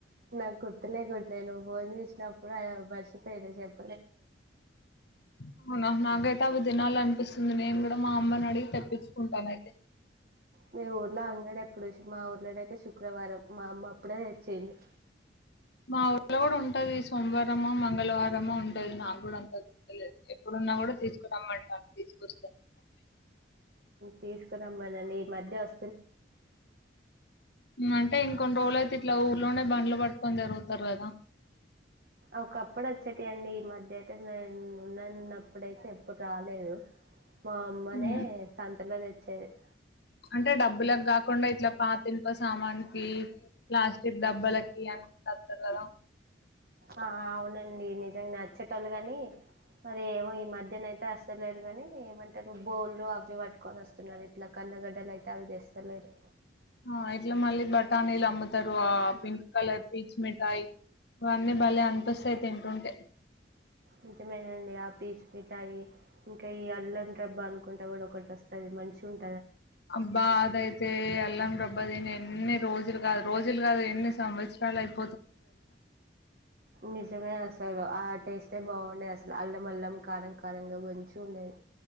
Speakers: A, on the right; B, on the left.
A: నాకు గుర్తులేకుండే నువ్వు ఫోన్ చేసినప్పుడు మర్చపోయిన చెప్ప
B: అవునా నాకైతే అవి తినాలనిపిస్తుంది నేను కూడా మా అమ్మనడిగి తెప్పించుకుంటానయితే
A: మీ ఊర్లో అంగడి ఎప్పుడు మా ఊర్లోనైతే శుక్రవారం మా అమ్మ అప్పుడే తెచ్చింది
B: మా ఊర్లో కూడ ఉంటది సోమవారమ, మంగళవార ఎమో ఉంటది నాకు కూడా అంత గుర్తులేదు ఎప్పుడున్నా కూడ తీసుకు రమ్మంటాను తీసుకొస్తారు అంతే
A: తీసుకురమ్మనండి ఈ మధ్య అ
B: అంటే ఇంకొన్ని రోజులైతే ఇట్లాఊ ఇలనే బండ్లు పట్టుకొని తిరుగుతారు కదా
A: ఒకప్పుడు వచ్చేటివి అండి ఈ మధ్య అయితే నేను ఉన్నాన్నప్పుడయితే ఎప్పుడు రాలేదు మా అమ్మనే
B: ఉమ్,
A: సంతలో తెచ్ చె <inaudible>
B: అంటే డబ్బులకు కాకుండా ఇట్లా పాత ఇనుప సామాన్ కి ప్లాస్టిక్ డబ్బలకి అని వస్తారు కదా
A: ఆ అవునండి నిజంగా నచ్చేటొ వాళ్ళు కాని మరి ఏమో ఈ మధ్యన అయితే వస్తలేరు ని ఏమంటారు బోలు అవి పట్టుకొని వస్తున్నారు ఇట్లా కందగడ్డలు అయితే అవి తెస్తలేరు
B: ఆ ఏట్లా మళ్ళీ బఠానీ లం అమ్ముతారు పింక్ కలర్ పీచ్ మిఠాయి ఆ అని బలే అనిపిస్తాయి తిం కొంటే
A: నిజమేనండి ఆ పీచ్ మిఠాయి ఇంకా ఈ అల్లం రెబ్బా అనుకుంటా కూడా ఒకటి వస్తాది మంచిగా ఉంట్
B: అబ్బా అదైతే అల్లం రెబ్బా దీని ఎన్ని రోజులు కాదు రోజులు కాదు ఎన్ని సంవత్స త్యాలేద్
A: నిజమే అస్సలు ఆ టేస్టే బాగుండేది అసలు అల్లం అల్లం కారం కారంగా మంచిగా ఉండేది